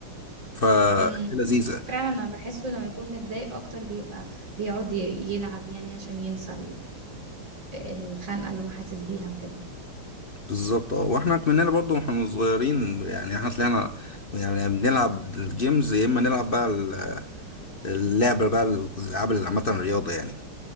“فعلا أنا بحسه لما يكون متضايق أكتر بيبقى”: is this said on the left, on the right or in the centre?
Right